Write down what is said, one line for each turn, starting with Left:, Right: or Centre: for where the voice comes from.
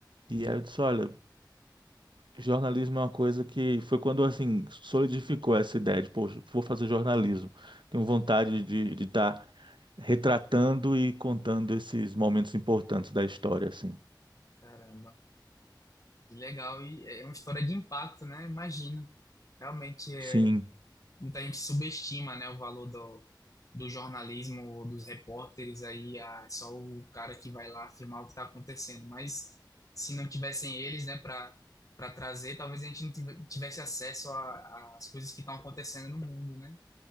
Right: E aí eu disse, olha, jornalismo é uma coisa que foi quando, assim, solidificou essa ideia de, poxa, vou fazer jornalismo. Tenho vontade de estar retratando e contando esses momentos importantes da história, assim.
Left: caramba. Que legal, e é uma história de impacto, né? Imagina. Realmente, é,
Right: Sim.
Left: muita gente subestima, né, o valor do, do jornalismo, ou dos repórteres aí, ah, é só o cara que vai lá afirmar o que está acontecendo. Mas se não tivessem eles, né, para para trazer, talvez a gente não tive- tivesse acesso a- às coisas que estão acontecendo no mundo, né?